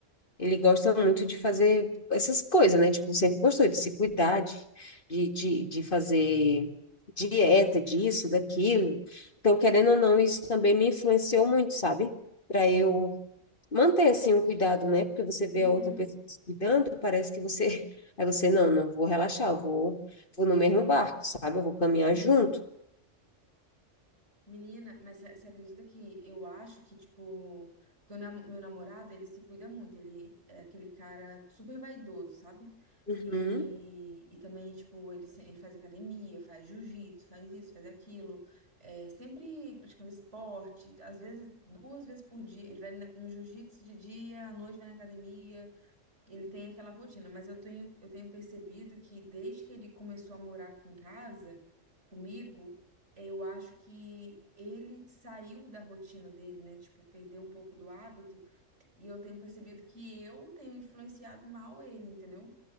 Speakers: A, on the left (about 45°); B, on the right (about 65°).
A: ele gosta muito de fazer essas coisas, né? Tipo, sempre gostou de se cuidar, de, de, de, de fazer dieta, disso, daquilo. Então, querendo ou não, isso também me influenciou muito, sabe? Para eu manter, assim, o cuidado, né? Porque você vê
B: Uhum.
A: a outra pessoa se cuidando, parece que você... Aí você, não, não vou relaxar, eu vou, vou no mesmo barco, sabe? Eu vou caminhar
B: Sim.
A: junto.
B: Menina, mas você você acredita que eu acho que, tipo, que o nam- meu namorado, ele se cuida muito. Ele é aquele cara super vaidoso, sabe?
A: Uhum.
B: E, e também, tipo, ele, se- ele faz academia, faz jiu-jitsu, faz isso, faz aquilo. É, sempre praticando esporte. Às vezes, duas vezes por dia. Ele vai na- no jiu-jitsu de dia, à noite vai na academia. Ele tem aquela rotina, mas eu tenho, eu tenho percebido que desde que ele começou a morar aqui em casa comigo, eu acho que ele saiu da rotina dele, né? Tipo, perdeu um pouco do hábito, e eu tenho percebido que eu tenho influenciado mal ele, entendeu?